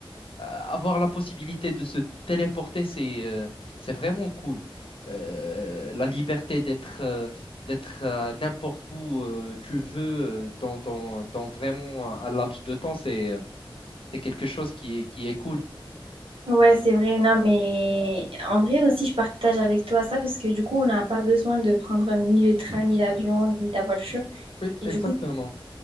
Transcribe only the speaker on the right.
Ouais, c'est vrai, non, mais en vrai aussi, je partage avec toi ça parce que du coup, on n'a pas besoin de prendre ni le train, ni l'avion, ni la voiture.
Et
du coup,